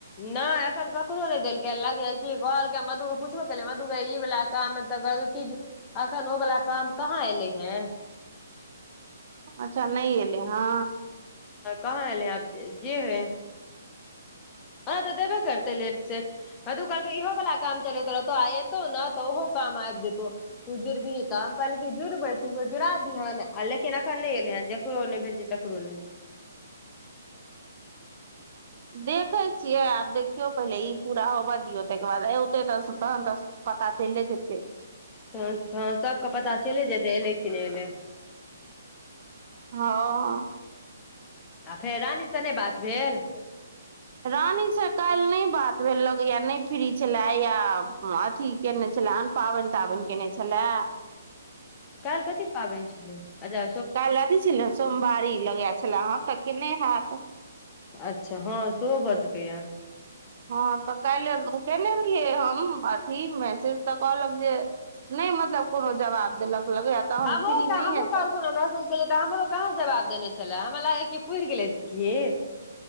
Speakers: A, on the left; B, on the right.
A: नहि एखन ककरो नहि देलकै लग इ है की कहलक मधु के पूछबो केलै मधु ई वाल काम मे तऽ कह क जे अखन ओ वालला काम कहाँ एले हे
B: अच्छा नहि एलै हँ
A: कहाँ एलै आब जे होइ हँ तऽ देबे करतै लेट सेट हँ तू कहलक इहो वाला काम चलैत रहतौ आ एतौ ने तऽ ओहो काम आबि जेतौ तू जुड़बिही तऽ हम कहलक कि जुड़बै तू जुड़ा दीहेन आ लेकिन एखन नहि एलै हे जकरो नहि भेल जे ककरो ने
B: देखे छियै आब देखियौ पहिले ई पूरा होबऽ दियौ ताहिके बाद औते त तहन त पता चलि जेतै
A: त हँ सबके पता चले जेतै एलै कि नहि एलै
B: हँ ओ
A: आ फेर रानी स नहि बात भेल
B: रानीसँ काल्हि नहि बात भेलक या नहि फ्री छलै या अथी केने छल पाबनि ताबनि केने छलै
A: कालिह कथी पाबनि छलै अजा
B: कल्हि अथी छलै सोमवारी लगे छले हेँ तऽ केने हैत
A: अच्छा हँ सेहो भऽ सकैया
B: हँ तऽ काल्हि उतने रहि हम अथी मैसेज तऽ कहलक जे नहि मतलब कोनो जवाब देलक लगैया तहन
A: ह
B: फ्री नहि
A: हम
B: हेतै
A: पालकेज <unintelligible> तऽ हमरो कहाँ जवाब देने छलै हमरा लागै क पुर गेलै की